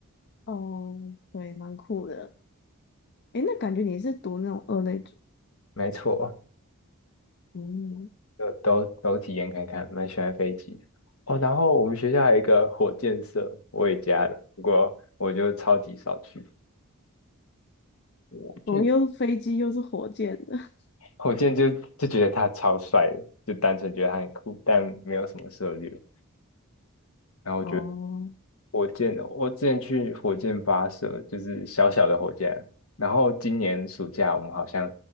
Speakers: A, on the left; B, on the left.
A: 哦，对，蛮酷的。诶，那感觉你是读那种二类组，
B: 没错，
A: 嗯，
B: 就都都体验看看，蛮喜欢飞机的哦。然后我们学校还有一个火箭社，我也加了，不过我就超级少去，就
A: 怎么又是飞机又是火箭的？<laughs>
B: 火箭就就觉得他超帅的，就单纯觉得他很酷，但没有什么涉猎，然后我觉得。
A: 哦，
B: 火箭哦，我之前去火箭发射，就是小小的火箭，然后今年暑假我们好像